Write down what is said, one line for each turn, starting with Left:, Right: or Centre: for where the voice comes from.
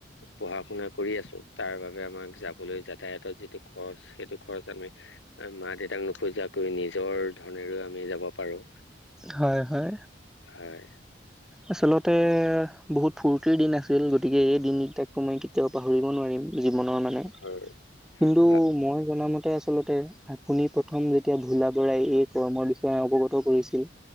Left: পঢ়া- শুনা কৰি আছোঁ তাৰ বাবে আমাক যাবলৈ যাতায়াতৰ যিটো খৰচ সেইটো খৰচ আমি মা -দেউতাক নোখোজুৱাকৈ নিজৰ ধনেৰেও আমি যাব পাৰো।
Centre: হয়-হয়।
Left: হয়।
Centre: আচলতে বহুত ফূৰ্তিৰ দিন আছিল গতিকে এই দিনকেইটাকটো মই কেতিয়াও পাহৰিব নোৱাৰিম জীৱনৰ মানে।
Left: হয়
Centre: কিন্তু
Left: ভা-
Centre: মই জনামতে আচলতে তে আপুনি প্ৰথম যেতিয়া ভোলা বৰাই এই কৰ্মৰ বিষয়ে অৱগত কৰিছিল